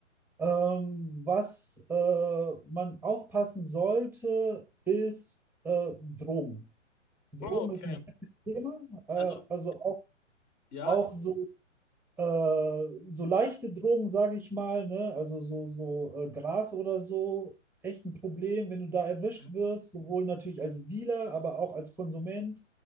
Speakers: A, in the centre; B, on the left.
A: Ähm, was äh, man aufpassen sollte, ist äh, Drogen. Drogen
B: Oh, okay.
A: ist ein heikles Thema. Äh,
B: Also,
A: also auch,
B: ja,
A: auch so, äh, so leichte Drogen, sage ich mal, ne? Also so, so äh, Gras oder so, echt ein Problem, wenn du da erwischt
B: ja,
A: wirst, sowohl natürlich als Dealer, aber auch als Konsument